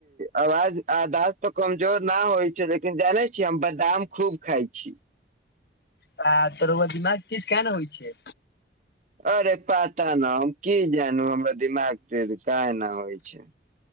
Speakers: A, on the right; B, on the left.
A: आवाज आधास त कमजोर न होइ। लेकिन जानै छियै हम बादाम। खूब खाइ छी।
B: तदरव दना। <unintelligible> किस किया ने होइ छै।
A: अरे पता न हम की जानू हमरा दिमाग त काय न होइ छै।